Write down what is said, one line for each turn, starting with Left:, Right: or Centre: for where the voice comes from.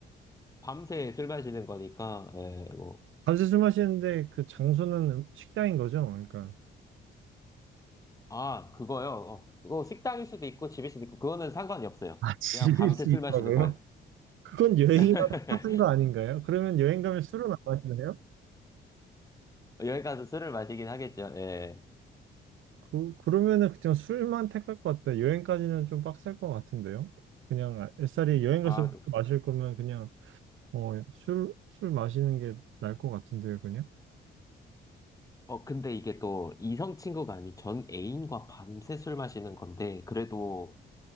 Left: 밤새 술 마시는 거니까, 예, 뭐.
Right: 밤새 술 마시는데 그 장소는 음- 식당인 거죠? 그러니까.
Left: 아, 그거요. 어, 그거 식당일 수도 있고 집일 수도 있고 그거는 상관이 없어요.
Right: 아, 즐길
Left: 그냥 밤새
Right: 수
Left: 술
Right: 있다고요?
Left: 마시는 거예요.
Right: 그건 여행이랑
Left: <laughs>
Right: 똑같은 거 아닌가요? 그러면 여행 가면 술은 안 마시나요?
Left: 여기 가서 술을 마시긴 하겠죠. 예.
Right: 그, 그러면은 그냥 술만 택할 것 같아요. 여행까지는 좀 빡셀 것 같은데요? 그냥 아- 애살이 여행
Left: 아,
Right: 가서 술
Left: 그-
Right: 마실 거면 그냥 어, 술, 술 마시는 게 나을 것 같은데요, 그냥?
Left: 어, 근데 이게 또 이성 친구가 아닌 전 애인과 밤새 술 마시는 건데 그래도